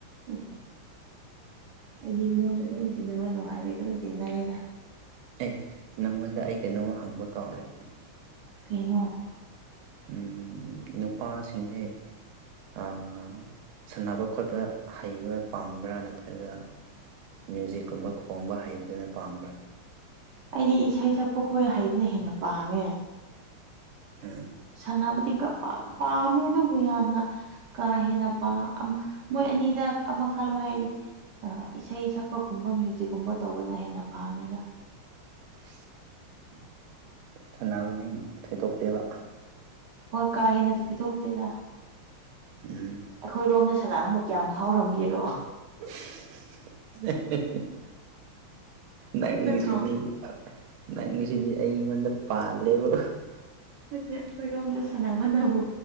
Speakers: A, on the right (about 70°); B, on the right (about 85°).
A: ꯎꯝ ꯑꯩꯗꯤ ꯃꯣꯏꯁꯨ ꯑꯗꯨꯝ ꯇꯤꯟꯅꯕ ꯅꯨꯡꯉꯥꯏꯕꯩ ꯑꯗꯨꯝ ꯇꯤꯟꯅꯔꯦꯗ
B: ꯑꯦ ꯅꯪꯉꯣꯟꯗ ꯑꯩ ꯀꯩꯅꯣꯝꯃ ꯍꯪꯕ ꯀꯥꯎꯔꯦ
A: ꯀꯩꯅꯣ
B: ꯎꯝ ꯅꯨꯄꯥꯁꯤꯡꯁꯦ ꯑ ꯁꯥꯟꯅꯕ ꯈꯣꯠꯄ ꯍꯩꯕ ꯄꯥꯝꯕ꯭ꯔꯥ ꯅꯠꯇ꯭ꯔꯒ ꯃ꯭ꯌꯨꯖꯤꯛꯀꯨꯝꯕ ꯈꯣꯡꯕ ꯍꯩꯕꯗꯨꯅ ꯄꯥꯝꯕ꯭ꯔꯥ
A: ꯑꯩꯗꯤ ꯏꯁꯩ ꯁꯛꯄ ꯈꯣꯏ ꯍꯩꯕꯅ ꯍꯦꯟꯅ ꯄꯥꯝꯃꯦ
B: ꯎꯝ
A: ꯁꯥꯟꯅꯕꯗꯤ ꯄꯥꯝꯃꯦ ꯑꯗꯨꯕꯨ ꯌꯥꯝꯅ ꯀꯥ ꯍꯦꯟꯅ ꯄꯥꯝꯕ ꯃꯣꯏ ꯑꯅꯤꯗ ꯑꯃꯈꯛ ꯈꯜꯂꯣ ꯍꯥꯏꯔꯗꯤ ꯑ ꯏꯁꯩ ꯁꯛꯄꯒꯨꯝꯕ ꯃ꯭ꯌꯨꯖꯤꯛꯀꯨꯝꯕ ꯇꯧꯕꯗ ꯍꯦꯟꯅ ꯄꯥꯝꯃꯦꯗ
B: <unintelligible>
A: <inaudible>
B: ꯁꯥꯟꯅꯕꯗꯤ ꯊꯣꯏꯗꯣꯛꯇꯦꯕ
A: ꯍꯣꯏ ꯀꯥ ꯍꯦꯟꯅ ꯊꯣꯏꯗꯣꯛꯇꯦꯗ
B: ꯎꯝ
A: ꯑꯩꯈꯣꯏꯔꯣꯝꯗ ꯁꯅꯥꯕꯕꯨ ꯀꯌꯥꯝ ꯐꯥꯎꯔꯝꯒꯦꯔꯣ
B: ꯍꯦ ꯍꯦ ꯍꯦ ꯅꯪꯒꯤꯁꯤꯗꯤ
A: ꯅꯠꯇ꯭ꯔꯣ
B: ꯅꯪꯒꯤꯁꯤꯗꯤ ꯑꯩꯉꯣꯟꯗ ꯄꯥꯜꯂꯦꯕꯣ
A: ꯅꯠꯇꯦ ꯑꯩꯈꯣꯏꯔꯣꯝꯗ ꯁꯅꯥꯃꯟꯅꯕꯨ